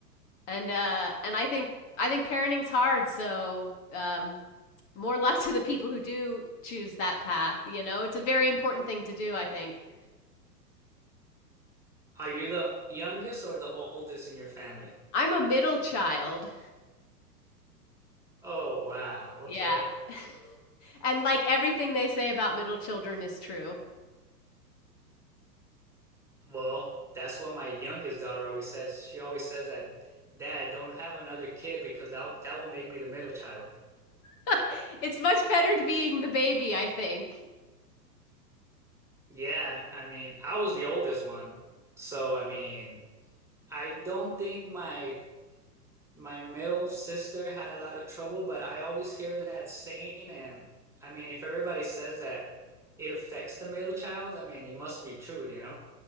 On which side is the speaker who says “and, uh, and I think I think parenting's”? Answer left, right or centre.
Left